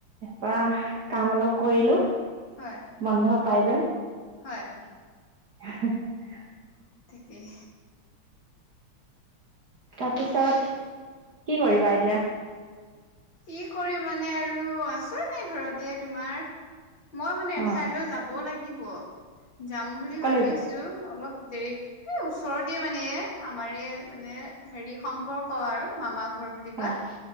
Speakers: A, on the right; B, on the left.
A: পৰা কাম অলপ কৰিলো
B: হয়
A: বন্ধ পাই লৈ।
B: হয়, হয়।
A: <inaudible>
B: ঠিকেই
A: তাৰপিছত কি কৰিবা এতিয়া?
B: কি কৰি মানে আৰু আছোঁ এনে ঘৰতে তোমাৰ? মই মানে
A: অ
B: এঠাইলৈ যাব লাগিব, যাম বুলি
A: কলেজৰ
B: ভাবি আছোঁ, অলপ দেৰিকে ওচৰতে মানে আমাৰে মানে হেৰি সম্পৰ্ক আৰু মামাক। ঘৰৰ বুলি
A: হয়
B: কয়,